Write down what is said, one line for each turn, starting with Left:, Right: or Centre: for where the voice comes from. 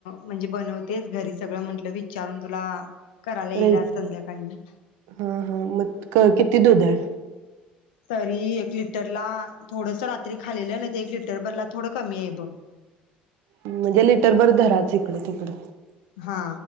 Left: म्हणजे बनवतेस घरी सगळं म्हंटलं विचारून तुला- करायला येईल
Right: हा
Left: आज संध्याकाळी
Right: हा हां म क किती दुध आहे?
Left: तरी एक लिटरला थोडस रात्री खालेलं, नाही तर एक लिटरभरला थोडं कमी आहे बघ.
Right: म्हणजे लिटर भर धराच हिकडं तिकडं
Left: हा